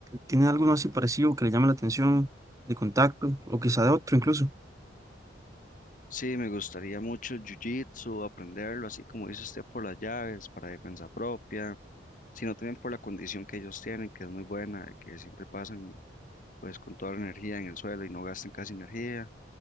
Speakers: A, on the right; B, on the left.
A: tiene alguno así parecido que le llame la atención de contacto o quizá de otro incluso?
B: Sí, me gustaría mucho jiu-jitsu, aprenderlo, así como dice usted, por las llaves, para defensa propia, sino también por la condición que ellos tienen, que es muy buena, que siempre pasan pues con toda la energía en el suelo y no gastan casi energía,